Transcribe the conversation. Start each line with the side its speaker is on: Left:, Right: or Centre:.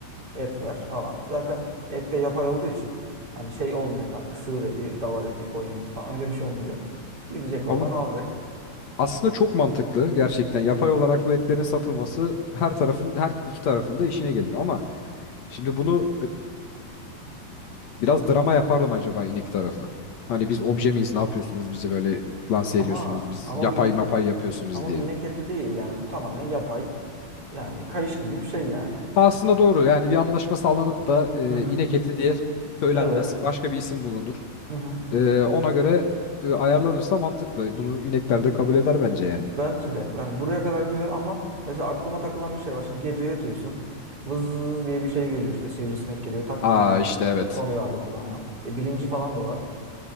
Right: et ver falan. Zaten et de yapay olduğu için hani şey olmayacak artık sığır eti, davar eti, koyun eti falan <laughs> öyle bir şey olmayacak. Gidecek oradan
Left: Ama
Right: alacak.
Left: aslında çok mantıklı gerçekten. Yapay olarak bu etlerin
Right: Hı.
Left: satılması
Right: hı.
Left: her tarafın, her iki tarafın da işine gelir. Ama şimdi bunu Biraz drama yapardım acaba inik tarafı. Hani biz obje miyiz ne yapıyorsunuz bizi böyle lanse
Right: Ama
Left: ediyorsunuz biz
Right: ama
Left: yapay
Right: bu inek
Left: mapay yapıyorsunuz
Right: ama
Left: diye.
Right: bu inek eti değil yani bu tamamen yapay yani kayış gibi bir şey yani.
Left: Ha, aslında doğru yani bir anlaşma sağlanıp da e,
Right: Hı hı.
Left: inek eti diye söylenmez.
Right: Evet.
Left: Başka bir isim bulunur.
Right: Hı hı.
Left: E, ona göre e, ayarlanırsa mantıklı. Bunu inekler de kabul eder bence yani.
Right: Bence de. Yani buraya kadar güzel ama mesela aklıma takılan bir şey var. Şimdi gece yatıyorsun. Vız diye bir şey geliyor işte sivrisinek geliyor. Tak
Left: Aa
Right: konuyor.
Left: işte evet.
Right: Konuyor abi kulağına. E, bilinci falan da var.